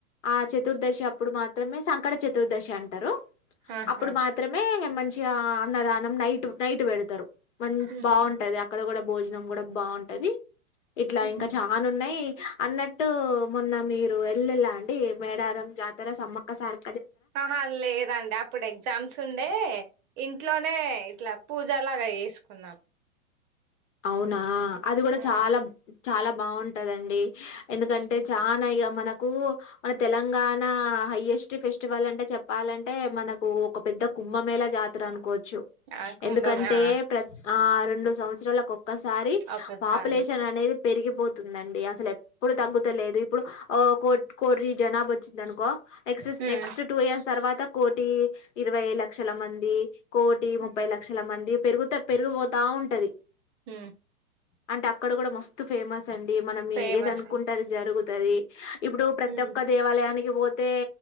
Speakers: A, on the left (about 60°); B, on the right (about 35°).
A: ఆ చతుర్దశి అప్పుడు మాత్రమే సంకట చతుర్దశి అంటారు
B: ఆహా
A: అప్పుడు మాత్రమే మంచి అన్నదానం నైట్ నైట్ పెడతారు మంచి
B: ఉహు
A: బాగుంటది అక్కడ కూడా భోజ భనం కూడా బాగుంటది ఇట్లా
B: ఉహు
A: ఇంకా చాలా ఉన్నాయి అన్నట్టు మొన్న మీరు వెళ్ళలా అండి మేడారం జాతర సమ్మక్క సార్
B: ఆహా లేదండి అప్పుడు ఎగ్జామ్స్ ఉండే ఇంట్లోనే ఇట్లా పూజ లాగా వేసుకున్నాం
A: అవునా అది కూడా
B: ఆ
A: చాలా చాలా బాగుంటదండి ఎందుకంటే
B: హుహు.
A: చానా ఇక మన కు మన తెలంగాణ హైయెస్ట్ ఫెస్టివల్ అంటే చెప్పాలంటే మనకు ఒక పెద్ద కుంభమేళ జాతర అనుకోవచ్చు
B: ఆ కుంభమే
A: ఎందుకంటే
B: ఆ
A: ప్ర ఆ రెండు సంవత్సరాల సారీ
B: ఒకసారి
A: పాపులేషన్ అనేది పెరిగిపోతుందండి అసలు ఎప్పుడు తగ్గుతలేదు ఇప్పుడు కో కోటీ జనాబ వచ్చింది అనుకో నెక్స్ట్
B: హ్మ్
A: నెక్స్ట్ టూ ఇయర్స్ తర్వాత కోటి ఇరవై లక్షల మంది కోటి
B: హ్మ్
A: ముప్పై లక్షల మంది పెరుగుత పెరిగిపోతా ఉంటది
B: స
A: అంటే అక్కడ కూడా మస్తు ఫేమస్ అండి మనం
B: ఫేమస్
A: ఏది అనుకుంటది జరుగుతుది ఇప్పుడు ప్రతి
B: హ్మ్
A: ఒక్క దేవాలయానికి పోతే